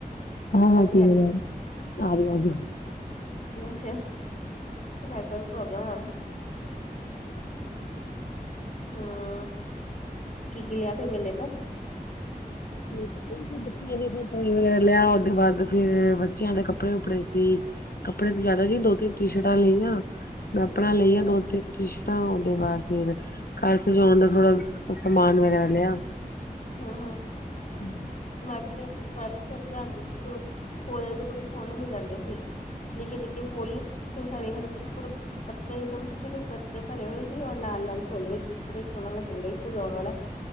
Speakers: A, on the left; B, on the left.
A: ਹਾਂ-ਹਾਂ
B: ਆਵਾਜ਼
A: ਕਲੀਅਰ
B: ਨੀ
A: ਆ ਹੀ, ਆ ਰੀ <unintelligible>
B: ਅਛਾ ਨੈਟਵਰਕ ਪ੍ਰੋਬਮ ਆ ਨ। ਹਾਂ, ਕੀ-ਕੀ ਲਿਆ ਫਿਰ ਮੇਲੇ ਤੋਂ?
A: <unintelligible> ਬੱਚਿਆਂ <unintelligible> ਲਿਆ, ਓਦੇ ਬਾਦ ਫੇਰ ਬੱਚਿਆਂ ਦੇ ਕੱਪੜੇ ਕੁਪੜੇ ਸੀ। ਕੱਪੜੇ ਤੇ ਜ਼ਿਆਦਾ ਨੀ ਦੋ ਤਿੰਨ ਟੀ ਸ਼ਰਟਾਂ ਲਈਆਂ, ਮੈਂ ਆਪਣਾ
B: ਅੱਛਾ
A: ਲਈ ਆ
B: ਹੂੰ
A: ਦੋ-ਤਿੰਨ ਕੀਤਾ ਓਦੇ ਬਾਦ ਫੇਰ ਘਰ ਸਜਾਉਣ ਦਾ ਥੋੜਾ ਸਮਾਨ ਵਗੈਰਾ ਲਿਆ।
B: ਹਾਂ-ਹਾਂ।
A: ਹੂੰ।
B: ਮੈਂ ਵੀ ਗਈ ਸੀ ਮੈਂ ਵੀ ਫੇਰ ਲਿਆਂਦੀ ਸੀ ਤੇ ਫੁੱਲ <unintelligible> ਬੜੇ ਸੋਹਣੇ ਮਿਲਣ ਡੇ ਸੀ। ਨਿੱਕੇ-ਨਿੱਕੇ ਫੁੱਲ ਉਤੇ ਹਰੇ-ਹਰੇ ਪ ਪੱਤੇ ਇਕਦਮ ਛੋਟੇ-ਛੋਟੇ ਪੱਤੇ ਭਰੇ ਹੋਏ ਸੀ ਔਰ ਲਾਲ-ਲਾਲ ਫੁਲ ਵਿੱਚ ਬੜੇ ਸੋਹਣਾ ਲੱਗਣ ਡੇ ਸੀ ਸਜਾਉਣ ਵਾਲਾ।